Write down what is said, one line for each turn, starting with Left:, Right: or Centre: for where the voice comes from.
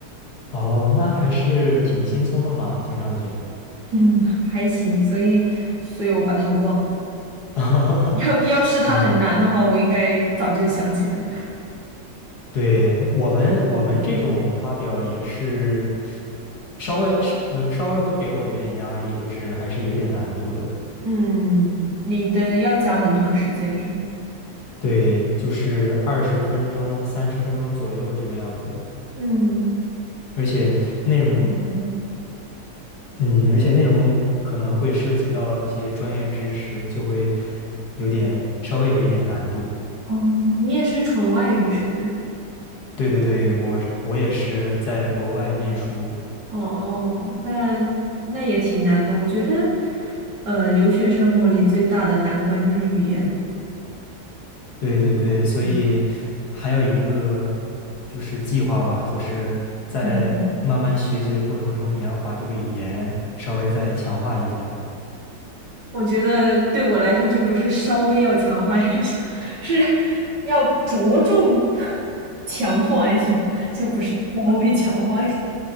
Left: 哦，那还是挺轻松的嘛，听上去。
Right: 觉，<laughs> 嗯，还行。所以，所以我把它忘了。
Left: <laughs>
Right: 要要是它很难的话，我应该早就想起来。
Left: 对，我们我们这种发表也是稍微是呃稍微会给我有点压力，就是还是有点难度的。
Right: 嗯，你的要讲很长时间是吗？
Left: 对，就是二十分钟、三十分钟左右这个样子，
Right: 嗯。
Left: 而且内容
Right: 嗯
Left: 嗯，而且内容可能会涉及到一些专业知识，就会有点稍微有一点难度。
Right: 哦，你也是纯外语是不是？
Left: 对对对，我是我也是在国外念书，
Right: 哦，那那也挺难的。我觉得，呃，留学生活里最大的难关就是语言。
Left: 对对对，所以还有一个
Right: 嗯
Left: 就是计划吧，就是在慢慢学习的过程中，
Right: 嗯，
Left: 也要把这个语言稍微再强化一下。
Right: 我觉得对我来说就不是稍微要强化一下，<laughs> 是要着重 <laughs> 强化一下，就不是稍微强化一下。